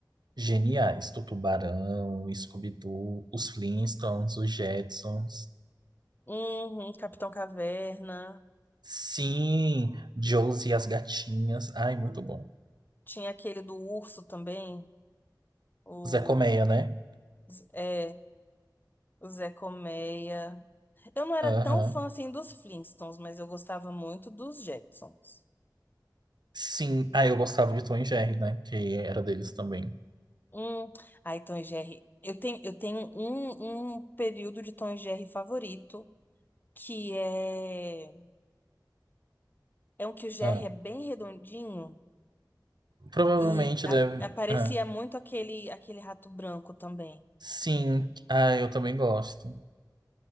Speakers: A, on the right (about 70°); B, on the left (about 25°).
A: geniais. Do Tubarão, Scooby-Doo, os Flintstones, os Jetsons.
B: uhum, Capitão Caverna.
A: Sim, Josie e as gatinhas. Ai, muito bom.
B: Tinha aquele do urso também, o,
A: Zé Colmeia, né?
B: é, o Zé Colmeia. Eu não era
A: Aham.
B: tão fã assim dos Flintstones, mas eu gostava muito dos Jetsons.
A: Sim. Ah, eu gostava de Tom e Jerry, né? Que era deles também.
B: Hum, ai, Tom e Jerry. Eu tenho, eu tenho um, um período de Tom e Jerry favorito, que é, é um que o Jerry
A: Ah,
B: é bem redondinho
A: provavelmente
B: e a-
A: deve.
B: aparecia
A: Ah,
B: muito aquele, aquele rato branco também.
A: sim. Ah, eu também gosto.